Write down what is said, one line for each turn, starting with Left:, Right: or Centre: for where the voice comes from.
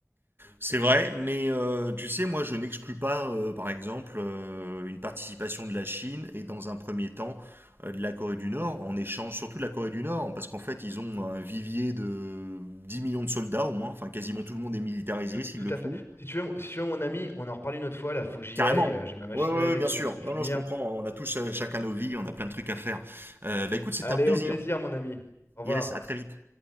Left: Oui, ukrainien.
Right: C'est vrai, mais euh, tu sais, moi, je n'exclus pas, euh, par exemple, euh, une participation de la Chine et dans un premier temps euh, de la Corée du Nord, en échange surtout de la Corée du Nord, parce qu'en fait, ils ont un vivier de 10 millions de soldats au moins, enfin, quasiment tout le monde est militarisé
Left: Tout,
Right: s'il
Left: tout
Right: le
Left: à
Right: faut.
Left: fait. Si tu veux, si tu veux, mon ami, on en reparle une autre fois, là, faut que j'y
Right: Carrément.
Left: aille. euh, J'ai ma machine
Right: Oui, oui,
Left: à laver
Right: bien
Left: qui
Right: sûr.
Left: vient de se finir.
Right: Non, non, je comprends. On a tous euh, chacun nos vies, on a plein de trucs à faire. Euh, bah écoute, c'était
Left: Allez,
Right: un plaisir.
Left: au plaisir, mon ami. Au revoir.
Right: Yes, à très vite.